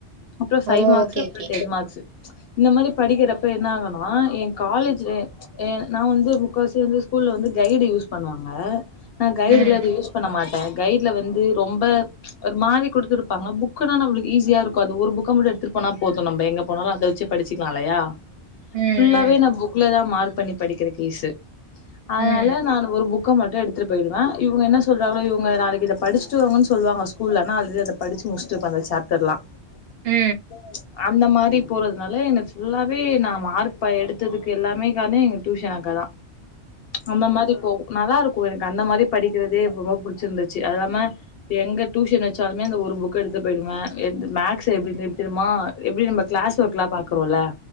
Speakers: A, on the left (about 60°); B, on the right (about 65°).
A: அப்புறோ சைவ்
B: ஓ
A: மார்க்ஸு
B: ஓகே
A: அப்புறோ
B: ஓகே
A: டெடி மார்க்ஸூ இந்த மாதிரி படிக்கிறப் இப்ப என்னாகொனா ஏ காலேஜ்ல எ நா வந்து முக்காவாசி வந்து ஸ்கூல்ல வந்து கைடு யூஸ் பண்ணுவாங்க நா கைடுலா
B: ம்
A: அது யூஸ் பண்ண மாட்டே ட்ட கைட்ல வந்து ரொம்ப ஒரு மாறி குடுத்துருப்பாங்க புக்குன்னா நம்புளுக்கு ஈஸியாருக்கு அந்த ஒரு புக்க மட்டு எடுத்துட்டு போனா போது நம்ப எங்க போனாலு அத வெச்சு படிச்சுக்கலா இல்லையா
B: ம் ம் ம்
A: ஃபுல்லாவே நா புக்லதா மார் பண்ணி படிக்கிறக் ஈசு அதனால
B: ம் ம்
A: நானு ஒரு புக் புக்க மட்டு எடுத்துட்டு போயிடுவே இவுங்க என்ன சொல்றாங்களோ இவுங்க நாளைக்கு இத படிச்சுட்டுவங்கன்னு சொல்லுவாங்க ஸ்கூலனா அத ஆல்ரெடி அத படிச்சி முடிச்சிட்டு இருப்பே அந்த சாப்டர்லா <inaudible>
B: ம்
A: அந்த மாரி போறதுனால எனக்கு ஃபுல்லாவே நான் மார்க் ப எடுத்ததுக்கு எல்லாமே காரணோ எங்க டியூஷன் அக்கா தா அந்த மாரி போவு நல்லா இருக்கு எனக்கு அந்த மாரி படிக்கிறதே ரொம்ப புடிச்சிருந்துச்சு அது இல்லாம எங்க டியூஷன் வச்சாலுமே அந்த ஒரு புக்க எடுத்து போயிடுவே என்து மேக்ஸ் எப்டி எப்டிரிமா எப்டி நம்ம கிளாஸ் ஒர்க்லா பாக்குறோம்ல